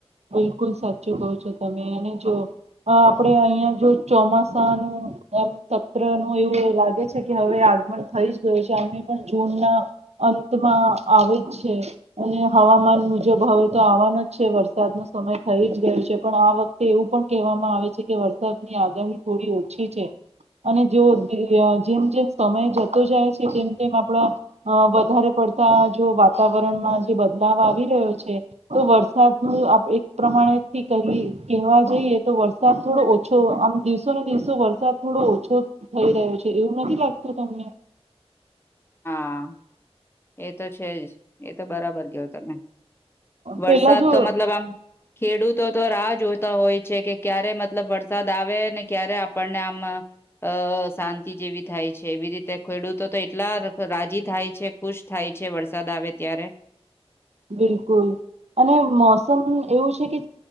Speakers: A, on the right (about 85°); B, on the left (about 20°).
A: બિલકુલ સાચું કહો છો તમે અને જો આપણે અહિયાં જો ચોમાસાનું એમ સત્ર નું એવું લાગે છે કે હવે આગમન થઈ જ ગયું છે અમે પણ જૂન ના અંતમાં આવે જ છે અને હવામાન મુજબ હવે તો આવવાનો જ છે વરસાદ વરસાદ ન સમય થઈ જ ગયો છે પણ આ વખતે એવું પણ કહેવામાં આવે છે કે વરસાદની આગાહી થોડી ઓછી છે અને જો જેમ જેમ સમય જતો જાય છે તેમ તેમ આપણા વધારે પડતા જો વાતાવરણમાં જે બદલાવ આવી રહ્યો છે તો વરસાદ એક પ્રમાણેથી ક કહેવા જઈએ તો વરસાદ થોડો ઓછો આમ દિવસો ને દિવસો વરસાદ થોડો ઓછો થઈ રહ્યો છે એવું નથી લાગતું તમને?
B: હા એ તો છે જ એ તો બરાબર કેવો તમે વરસાદ
A: પેલા જો
B: તો મતલબ આમ ખેડૂતો તો રાહ જોતા હોય છે કે ક્યારે મત મતલબ વરસાદ આવે ને ક્યારે આપણને આમ અ શાંતિ જેવી થાય છે એવી રીતે ખેડૂતો તો એટલા રાજી થાય છે ખુશ થાય છે વરસાદ આવે ત્યારે.
A: બિલકુલ અને મોસમ એવું છે કે